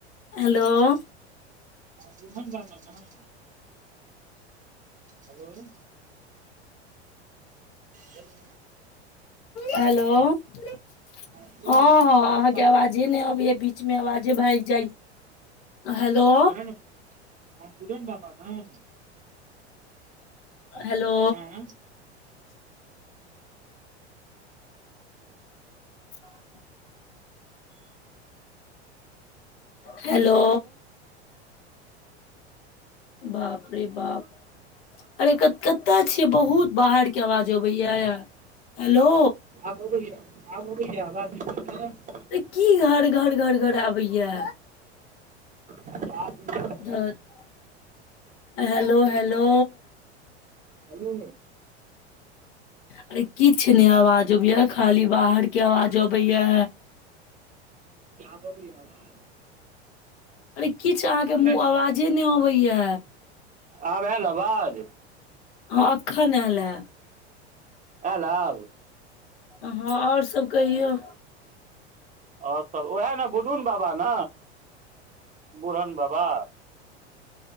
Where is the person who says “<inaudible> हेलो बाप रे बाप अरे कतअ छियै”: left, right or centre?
Left